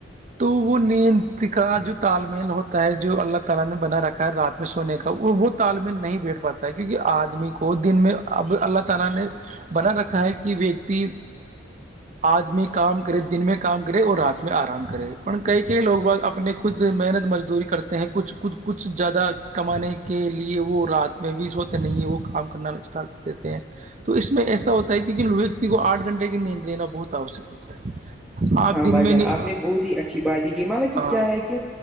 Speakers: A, on the right; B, in the centre.
A: تو وہ نیند کا جو تال میل ہوتا ہے جو اللہ تعالی نے بنا رکھا خیر رات میں سونے کا وہ تال مل نہیں بیٹ پاتا ہے کیونکہ آدمی کو دن میں اب اللہ تعالی نے بنا رکھا ہے کہ ویکتی آدمی کام کرے دن میں کام کرے اور رات میں آرام کرے پر کئی کئی لوگ ب اپنے خچود محنت مزدوری کرتے ہیں کچھ کود کچھ کچھ زیادہ کمانے کے لیے وہ رات میں بی س وت نہیں ہے وہ کام کرنا اسٹارٹ کر دیتے ہیں تو اس میں ایسا ہوتا ہے کیکہ ویکتی کو آھ گھنٹے کی نیند لینا بہت آوشک ہوتا ہے آپ
B: ہاں
A: دن
B: بھائی
A: میں
B: جان
A: نہیں
B: آپ نے بہت ہی اچھی باتیں کی مطلب کہ
A: ہاں،
B: کیا ہے کہ